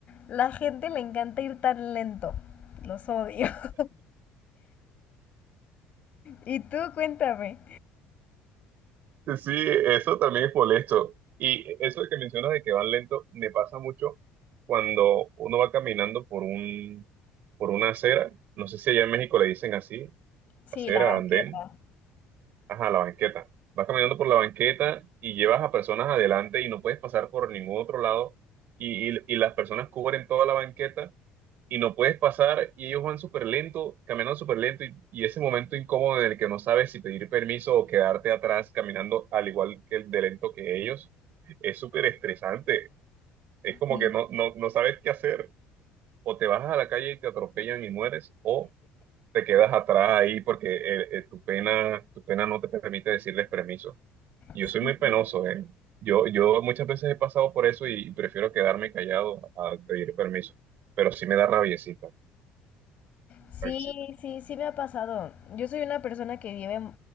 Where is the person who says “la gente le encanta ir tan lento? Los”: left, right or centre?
Left